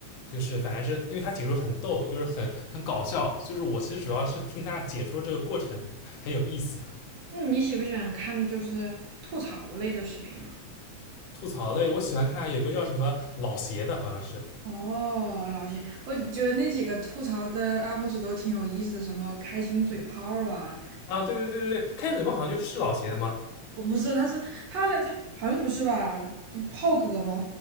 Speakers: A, on the left; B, on the right.
A: 就是反正是因为他解说很逗，就是很很搞笑，就是我其实主要是听他解说这个过程很有意思，
B: 嗯，你喜不喜欢看就是吐槽类的视频啊？
A: 吐槽类，我喜欢看有个叫什么老邪的，好像是。
B: 哦，老谢，我觉得那几个吐槽的 UP 主都挺有意思的，什么开心嘴炮啊，
A: 啊，对对对对对，开嘴炮好像就是是老邪的吗？
B: 我不是，他是他的他好像不是吧？不炮哥吗？